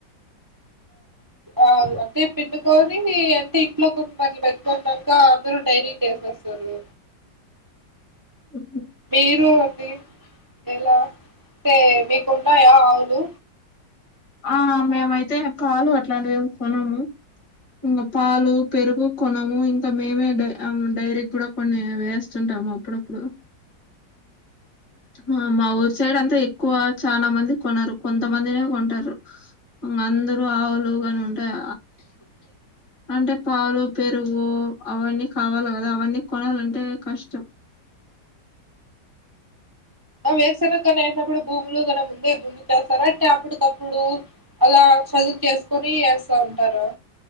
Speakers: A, on the right; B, on the left.
A: ఆ అంటే పిండుకొని అంటే ఇంట్లో కొంచం అట్ల పెట్టుకున్నాక అందరు డైరీ కి వేసేస్తారు
B: హు హు
A: మీరు అండి ఎలా అంటే మీకు ఉన్నాయా ఆవులు
B: ఆ మేమైతే పాలు అట్లాంటివి ఏమి కొనము ఇంకా పాలు పెరుగు కొనము ఇంకా మేమే ఆ డైరీ కూడా కొన్ని వేస్తుంటాము. అప్పుడప్పుడు మ్మ్ మా ఊరు సైడ్ అంతా ఎక్కువ చానా మంది కొనరు కొంతమందే కొంటారు. ఇంగ అందరకి ఆవులు ఉంటాయి అంటే పాలు పెరుగు అవన్నీ కావాలి కదా అవన్నీ కొనాలంటే కష్టం
A: వేరుశనగనే వేసినప్పుడు భూములు ముందే దున్ని చేస్తారా అంటే అప్పటికప్పుడు అలా చదువు చేసుకొని వేస్తా ఉంటారా